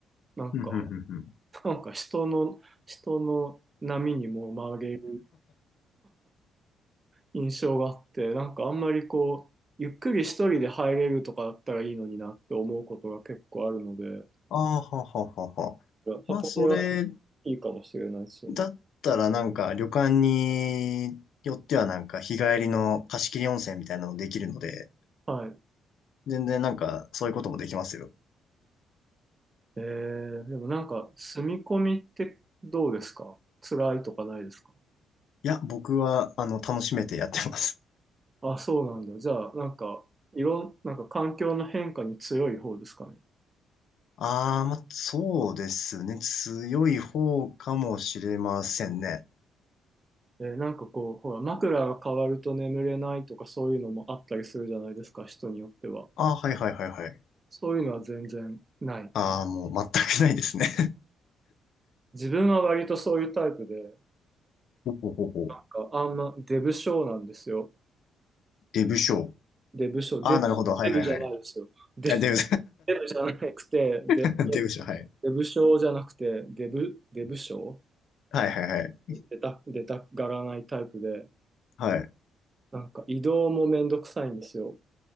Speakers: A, on the right; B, on the left.
A: なんか、
B: うんうんうんうん
A: なんか人の、人の波にも紛れ印象があって、なんかあんまりこう、ゆっくり一人で入れるとかだったらいいのになって思うことが結構あるので、
B: ああ、はははは。
A: 箱根は
B: まあ、それ
A: いいかもしれないですよね。
B: だったらなんか旅館によってはなんか日帰りの貸し切り温泉みたいなのできるので、
A: はい。
B: 全然なんかそういうこともできますよ。
A: えー、でもなんか、住み込みってどうですか辛いとかないですか
B: いや、僕はあの楽しめてやってます。
A: あ、そうなんだ。じゃあ、なんか、いろん、なんか環境の変化に強い方ですかね。
B: <laughs> ああ、まあ、そうですね。強い方かもしれませんね。
A: えー、なんかこう、ほら、枕が変わると眠れないとかそういうのもあったりするじゃないですか、人によっては。
B: ああ、はいはいはいはい。
A: そういうのは全然ない。
B: ああ、もう全くないですね。
A: 自分は割とそういうタイプで、
B: <laughs> ほうほうほうほう。
A: なんかあんまデブ症なんですよ。
B: デブ賞。
A: デブ症、
B: ああ、
A: デブ、
B: なるほど。はいはいはい。
A: デブじゃないですよ。デブ、
B: あ、デブ、
A: デブじゃなくて、デブ、
B: <laughs> デブショー
A: デブ症じゃなくて、デブ、デブ症
B: はいはいはいはい。
A: 出た、出たがらないタイプで、
B: はい。
A: なんか移動もめんどくさいんですよ。